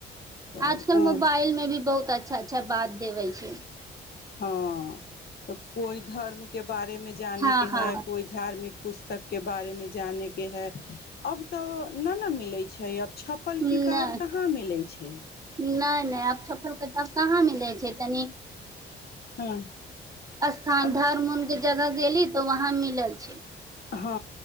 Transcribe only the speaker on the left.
तऽ
ओ
हँ तऽ कोइ धर्म के बारेमे जानैके
हय कोइ धार्मिक पुस्तकके बारेमे जानैके हय अब तऽ नहि मिलै छै अब छपल
किताब कहाँ मिलै छै
हँ
अब
हँ